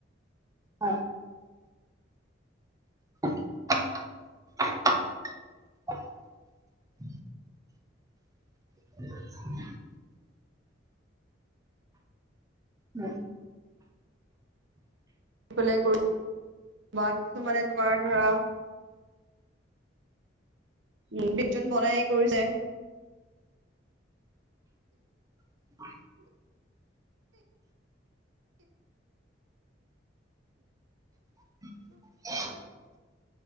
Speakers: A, on the right (about 20°); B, on the right (about 75°).
A: হয়। <unintelligible> <unintelligible> উম।
B: পেলাই বা কিছুমানে তোমাৰ ধৰা উম, ব্যঞ্জন বনাই কৰিছে।
A: <unintelligible> <unintelligible>